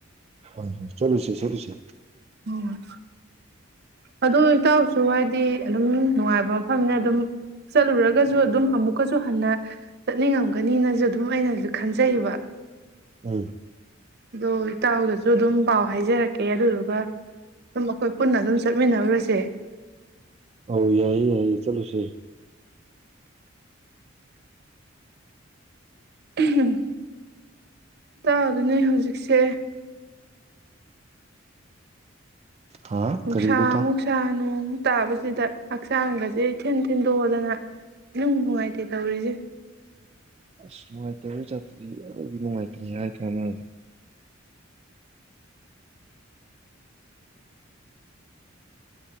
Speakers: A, on the right; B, on the right.
A: ꯍꯣꯏ ꯍꯣꯏ ꯆꯂꯨꯁꯦ ꯆꯂꯨꯁꯦ
B: ꯎꯝ ꯑꯗꯨ ꯏꯇꯥꯎꯁꯨ ꯍꯥꯏꯗꯤ ꯑꯗꯨꯝ ꯅꯨꯡꯉꯥꯏꯕ ꯃꯐꯝꯅꯦ ꯑꯗꯨꯝ ꯆꯠꯂꯨꯔꯒꯁꯨ ꯑꯗꯨꯝ ꯑꯃꯨꯛꯀꯁꯨ ꯍꯟꯅ ꯆꯠꯅꯤꯡꯉꯝ ꯒꯅꯤꯅꯁꯨ ꯑꯗꯨꯝ ꯑꯩꯅꯁꯨ ꯈꯟꯖꯩ ꯇꯩꯕ
A: ꯎꯝ
B: ꯑꯗꯣ ꯏꯇꯥꯎꯗꯁꯨ ꯑꯗꯨꯝ ꯄꯥꯎ ꯍꯥꯏꯖꯔꯛꯀꯦ ꯑꯗꯨꯗꯨꯒ ꯑꯗꯨꯝ ꯑꯩꯈꯣꯏ ꯄꯨꯟꯅ ꯑꯗꯨꯝ ꯆꯠꯃꯤꯟꯅꯔꯨꯔꯁꯦ
A: ꯑꯥꯎ ꯌꯥꯏ ꯌꯥꯏꯌꯦ ꯆꯠꯂꯨꯁꯦ
B: ꯎꯍꯝ ꯏꯇꯥꯎ ꯑꯗꯨ ꯅꯣꯏ ꯍꯧꯖꯤꯛꯁꯦ
A: ꯍꯥ
B: ꯨꯅꯨꯛꯁꯥꯃꯨꯛꯁꯥ
A: ꯀꯔꯤꯕ ꯏꯇꯥꯎ
B: ꯅꯣꯡ ꯇꯥꯕꯁꯤꯗ ꯍꯛꯆꯥꯡ ꯒꯥꯖꯦ ꯏꯊꯤꯟ ꯁꯤꯟꯗꯣꯛꯑꯗꯅ ꯅꯨꯡ ꯅꯨꯡꯉꯥꯏꯇꯦ ꯇꯧꯔꯤꯁꯦ
A: ꯑꯁ ꯅꯨꯡꯉꯥꯏꯇ ꯆꯥꯇꯅꯨꯡ ꯃꯥꯥꯏꯇꯔꯤ ꯍꯥꯏ ꯀꯅ